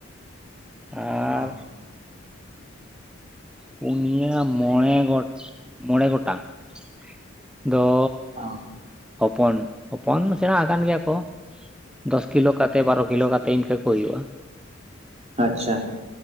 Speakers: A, in the centre; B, on the right (about 30°).
A: ᱟᱨᱻ
B: ᱚ
A: ᱯᱩᱱᱭᱟ ᱢᱚᱬᱮ ᱜᱚᱴ ᱢᱚᱬᱮ ᱜᱚᱴᱟᱝ---ᱫᱚ
B: ᱚ
A: ᱦᱚᱯᱚᱱ ᱦᱚᱯᱚᱱ ᱥᱮᱬᱟ ᱟᱠᱟᱱ ᱜᱮᱭᱟ ᱠᱚ᱾ ᱫᱚᱥ ᱠᱤᱞᱳ ᱠᱟᱛᱮ ᱵᱟᱨᱚ ᱠᱤᱞᱳ ᱠᱟᱛᱮ ᱤᱱᱠᱟᱹ ᱠᱚ ᱦᱩᱭᱩᱜᱼᱟ
B: ᱟᱪᱪᱷᱟ